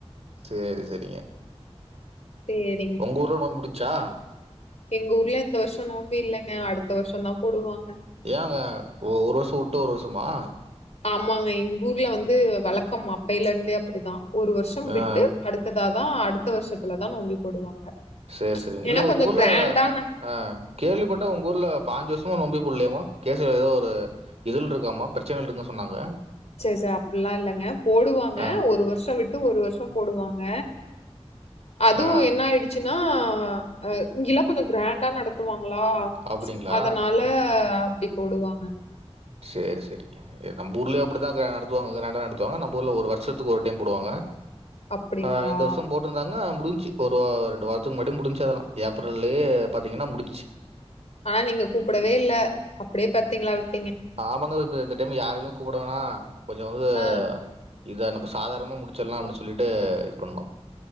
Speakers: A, on the right; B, on the left.
A: சேரி சேரிங்க
B: சேர்
A: ஒங்க ஊர்ல நோம்ப் முடிச்சா
B: எங்க ஊர்ல இந்த வருஷோ நோம்பி இல்லங்க அடுத்த வருஷோ தா போடுவாங்க
A: ஏங்க ஒ ஒரு வருஷோ உட்டு ஒரு வருஷமா
B: ஆமாங்க எங்க ஊர்ல வந்து வழக்கம் அப்பையில இருந்தே அப்படிதா ஒரு வருஷம் விட்டு
A: ஆ
B: அடு த்தாதா அடுத்த வருஷத்துல தா நோம்பி போடுவாங்க
A: சேரி சேரி
B: ஏன்னா
A: இல்ல உங்க
B: கொஞ்சம்
A: ஊர்ல
B: கிராண்டா ந
A: ஆ கேள்விப்பட்ட உங்க ஊர்ல பாஞ்சு வருஷமா நோம்பே போட்லயாமா கேசல ஏதோ ஒரு இதுல இருக்காமா பிரச்சனைல இருக்குன் சொன்னாங்க
B: ச ச அப்பட்ல்லா இல்லைங்க போடுவாங்க
A: ஆ,
B: ஒரு வருஷோ விட்டு ஒரு வருஷம் போடுவாங்க அதுவு
A: ஆ
B: என்னா ஆய்டு ச்சுனா அ இங்கல்லா கொஞ்சோ கிராண்டா நடத்துவாங்களா
A: அப்படிங்களா?
B: அதனால அ அப்டி போடுவாங்க
A: சேரி சேரிங்க நம்ப ஊர்லயூ அப்படி நடத்துவாங்க கிரண்டா நடத்துவாங்க நம்ப ஊர்ல ஒரு வருஷத்துக்கு ஒரு டைம் போடுவாங்க
B: அப்படிங்களா
A: ஆ இந்த வருஷம் போட்ருந் தாங்க முடிஞ்ச்சு ஒரு ரெண்டு வாரத்துக்கு முன்னாடியே முடிஞ்ச்சு அதெல்லா ஏப்ரல்லே பாத்தீங்கன்னா முடிஞ்ச்சு
B: ஆனா நீங்க கூப்படவே இல்ல அப்டே பாத்தீங்களா விட்
A: ஆமாங்க இப்ப இந்த டைம் யாருமே கூப்பட வேணா கொஞ்சோ வந்து
B: ஆ
A: இத நம்ப சாதாரணமா முடிச்சட்லா அப்டின்னு சொல்லிட்டு இது பண்ணோ